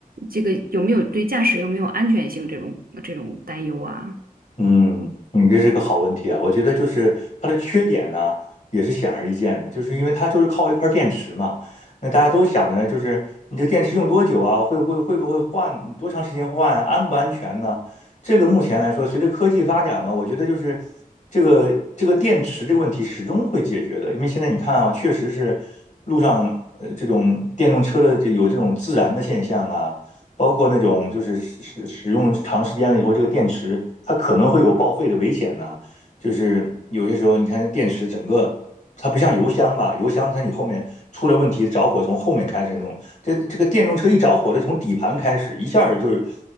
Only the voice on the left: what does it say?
嗯，你这是个好问题啊！我觉得就是它的缺点呢，也是显而易见的，就是因为它就是靠一块电池嘛。那大家都想的呢，就是你这电池用多久啊？会会会不会换？多长时间换啊安不安全呢？这个目前来说，随着科技发展嘛，我觉得就是这个这个电池这个问题始终会解决的。因为现在你看啊，确实是路上呃这种电动车的这有这种自燃的现象啊。包括那种就是使使用长时间了以后，这个电池它可能会有报废的危险呢。就是有些时候，你看这电池整个它不像油箱吧，油箱它你后面出了问题，着火从后面开始弄。这这个电动车一着火，它从底盘开始，一下儿就是，